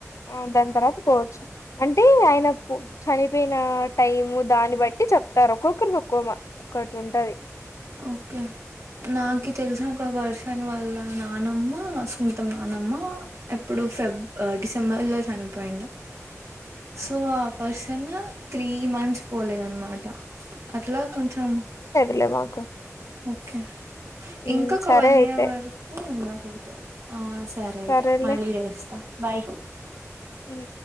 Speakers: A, on the left; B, on the right.
A: హు దాని తర్వాత పోవచ్చు అంటే ఆయన పొ చనిపోయిన టైం దాన్ని బట్టి చెప్తారు ఒక్కొక్కరు ఒక్కో మ ఒకటుంటది
B: ఓకే నాకి తెలిసిన ఒక పర్స న్ వాళ్ళ నానమ్మ సుంతం నానమ్మ ఎప్పుడు ఫెబ్ అ డిసెంబర్ లో చనిపోయిండు సో ఆ పర్సన్ త్రీ మంత్స్ పోలేదనమాట అట్లా కొంచెం
A: లే మాకు
B: ఓకే
A: మ్మ్
B: ఇంకొక
A: సరే
B: వన్
A: అయితే
B: ఇయర్ వరకు ఉండకూడదు ఆస్ సరే అయితే
A: సరేలే
B: మళ్ళీ చేస్తా బాయ్
A: మ్